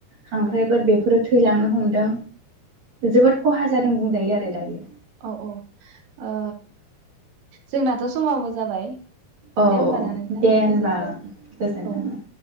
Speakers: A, on the right; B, on the right.
A: खांख्रायफोर बेफोरो थैलांनो हमदों। जोबोद खहा जा दों बुंजायो आरो दायो।
B: औ औ ओ। जोंनाथ' समाबो जाबाय।
A: औ औ
B: दे होमबाना नोंथां
A: दे होनबा
B: गोजोन्थों
A: गोजोनथों
B: औ
A: ओं।